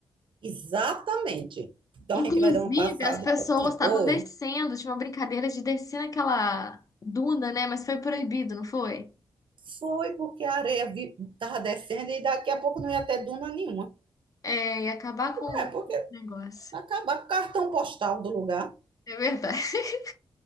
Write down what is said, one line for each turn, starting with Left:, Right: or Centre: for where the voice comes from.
Right: exatamente. Então
Left: Inclusive,
Right: a gente vai dar uma passada
Left: as pessoas
Right: em Ponta Negra.
Left: estavam
Right: Oi.
Left: descendo, tinha uma brincadeira de descer naquela duna, né? Mas foi proibido, não foi?
Right: Foi porque a areia estava descendo e daqui a pouco não ia ter duna nenhuma.
Left: É, e acabar com
Right: É, porque
Left: o negócio.
Right: acabar com o cartão postal do lugar.
Left: É verdade. <laughs>